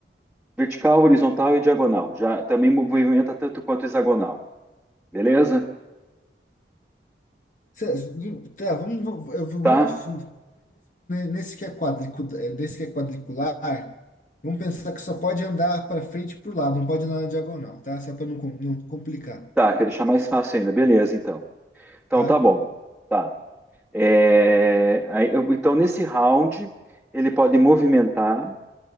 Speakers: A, in the centre; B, on the left.
A: Vertical, horizontal e diagonal. Já também movimenta tanto quanto hexagonal. Beleza?
B: Cê- Tá, vamos, vamos, eu vamos
A: Tá?
B: nesse, nesse que é quadricu, desse que é quadricular, vamos pensar que só pode andar para frente e para lado, não pode andar na diagonal, tá? Só para não, com- não complicar,
A: Tá, quer deixar mais fácil ainda. Beleza, então. Então
B: tá?
A: tá bom. Tá. É, aí eu- então, nesse round, ele pode movimentar,